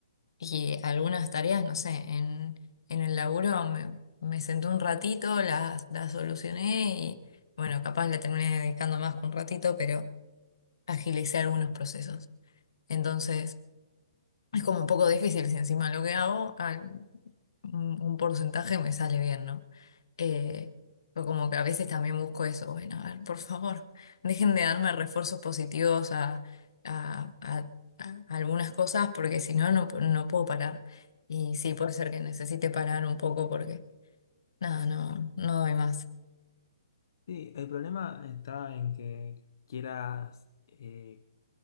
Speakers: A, on the left (about 75°); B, on the left (about 55°).
A: y algunas tareas, no sé, en, en el laburo me, me senté un ratito, las, las solucioné y bueno, capaz le terminé dedicando más que un ratito, pero agilicé algunos procesos. Entonces, es como un poco difícil si encima lo que hago, un un porcentaje me sale bien, ¿no? Eh, pero como que a veces también busco eso, bueno, a ver, por favor, <laughs> dejen de darme refuerzos positivos a, a- a- a algunas cosas porque si no, no, pu- no puedo parar. Y sí, puede ser que necesite parar un poco porque, nada, no, no doy más.
B: Sí, el problema está en que quieras eh,